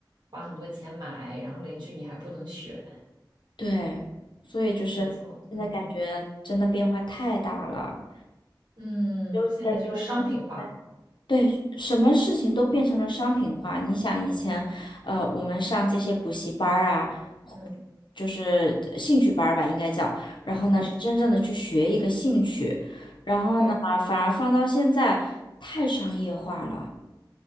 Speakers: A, on the right; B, on the left.
A: 花很多钱买，然后邻居你还不能选，
B: 对，所以就是现在感觉真的变化太大了，
A: 没错，嗯嗯，
B: 就感觉。
A: 现在就是商品化，
B: 我们。对，什么事情都变成了商品化。你想以前，呃，我们上这些补习班儿啊，
A: 嗯
B: 就是呃兴趣班儿吧，应该叫。然后呢，
A: 嗯，
B: 是真正的去学一个兴趣。然后呢，
A: 对，
B: 反而放到现在太商业化了，